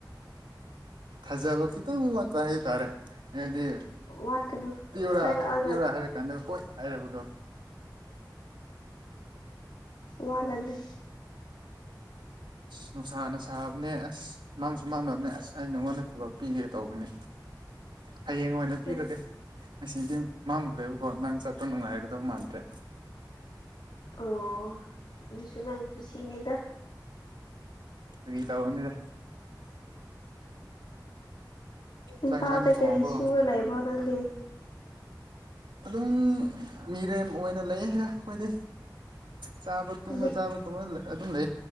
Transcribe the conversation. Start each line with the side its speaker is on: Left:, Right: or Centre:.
Right: ꯊꯥꯖꯕ ꯈꯤꯇꯪ ꯋꯥꯠꯄ ꯍꯥꯏꯇꯥꯔꯦ ꯍꯥꯏꯗꯤ
Left: ꯋꯥꯠꯀꯅꯨ
Right: ꯄꯤꯌꯣꯔꯥ
Left: ꯍꯥꯏꯔꯛꯑꯒ
Right: ꯄꯤꯌꯣꯔꯥ ꯍꯥꯏꯔ ꯀꯥꯟꯗ ꯍꯣꯏ ꯍꯥꯏꯔꯛꯄꯗꯣ꯫
Left: ꯋꯥ ꯅꯅꯤ꯫
Right: ꯅꯨꯡꯁꯥꯅ ꯁꯥꯕꯅꯦ ꯑ ꯑꯁ ꯃꯥꯡꯁꯨ ꯃꯥꯟꯅꯕꯅꯦ ꯑꯁ ꯑꯩ ꯅꯉꯣꯟꯗ ꯊꯕꯛ ꯄꯤꯒꯦ ꯇꯧꯕꯅꯦ꯫ ꯍꯌꯦꯡ ꯑꯣꯏꯅ ꯄꯤꯔꯒꯦ꯫
Left: ꯀꯔꯤ
Right: ꯉꯁꯤꯗꯤ ꯃꯝꯈ꯭ꯔꯦꯕꯀꯣ ꯅꯪ ꯆꯠꯄ ꯅꯨꯡꯉꯥꯏꯒꯗꯕ ꯃꯥꯟꯗ꯭ꯔꯦ꯫
Left: ꯑꯣ ꯑꯗꯨꯁꯨ ꯅꯪ ꯈꯨꯁꯤꯅꯦꯗ꯫
Right: ꯐꯒꯤ ꯇꯧꯕꯅꯤꯗ꯫
Left: ꯏꯝꯐꯥꯜꯗ
Right: ꯆꯥꯛ ꯏꯟꯁꯥꯡꯗꯤ ꯊꯣꯡꯉꯕꯣ
Left: ꯀꯔꯤ ꯁꯨꯔ ꯂꯩꯕ꯭ꯔꯣ ꯅꯪꯗꯤ꯫
Right: ꯑꯗꯨꯝ ꯃꯤꯔꯦꯝ ꯑꯣꯏꯅ ꯂꯩ ꯍꯥꯏꯔ ꯑꯩꯈꯣꯏꯗꯤ꯫ ꯆꯥꯕ ꯇꯨꯝꯃ
Left: ꯃꯤꯠ
Right: ꯆꯥꯕ ꯇꯨꯝꯃ ꯑꯗꯨꯝ ꯂꯩ꯫